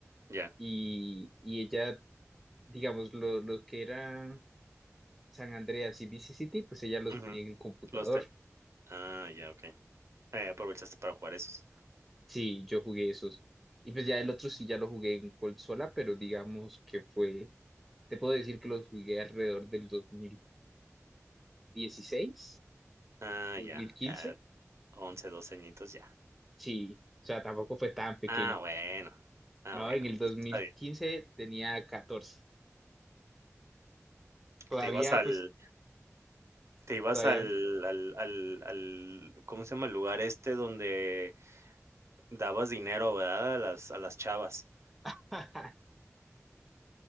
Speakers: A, on the right; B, in the centre.
A: ya,
B: y, y ella, digamos, lo, lo que eran San Andreas y Vice City, pues ella los
A: ujú,
B: tenía en el computador.
A: los te ah, ya, okey. Eh, aprovechaste para jugar esos.
B: Sí, yo jugué esos. Y pues ya el otro sí ya lo jugué en consola, pero digamos que fue Te puedo decir que los jugué alrededor del dos dos mil dieciséis
A: Ah,
B: dos
A: ya,
B: mil quince
A: ah, 11, 12 añitos, ya.
B: Sí, o sea, tampoco fue tan pequeño.
A: Ah, bueno. Ah,
B: No,
A: bueno,
B: en el dos
A: eso
B: mil
A: está bien.
B: quince tenía catorce Todavía,
A: Te ibas al
B: pues,
A: te ibas
B: todavía,
A: al al al al, ¿cómo se llama? El lugar este donde dabas dinero, ¿verdad? A las a las chavas,
B: <laughs>